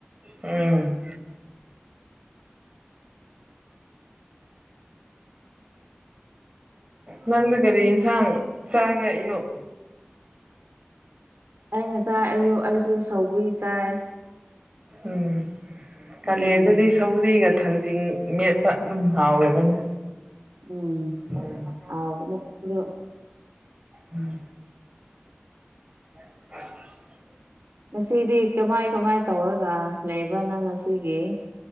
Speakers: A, on the right (about 25°); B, on the right (about 65°).
A: ꯎꯝ ꯅꯪꯗꯤ ꯀꯔꯤ ꯌꯦꯟꯁꯥꯡ ꯆꯥꯒꯦ ꯑꯌꯨꯛ
B: ꯑꯩ ꯉꯁꯥꯏ ꯑꯌꯨꯛ ꯑꯩꯁꯨ ꯁꯧꯒꯔꯤ ꯆꯥꯏ
A: ꯎꯝ ꯀꯜꯂꯦꯟꯗꯗꯤ
B: ꯎꯝ
A: ꯁꯧꯒ꯭ꯔꯤꯒ ꯊꯥꯡꯖꯤꯡ ꯃꯦꯠꯄ ꯑꯗꯨꯝ ꯍꯥꯎꯔꯕꯅꯤ
B: ꯎꯝ
A: ꯎꯝ
B: ꯍꯥꯎꯕꯅꯦ ꯑꯗꯣ
A: ꯎꯝ <unintelligible>
B: ꯉꯁꯤꯗꯤ ꯀꯃꯥꯏ ꯀꯃꯥꯏ ꯇꯧꯔꯒ ꯂꯩꯕ꯭ꯔꯥ ꯅꯪ ꯉꯁꯤꯒꯤ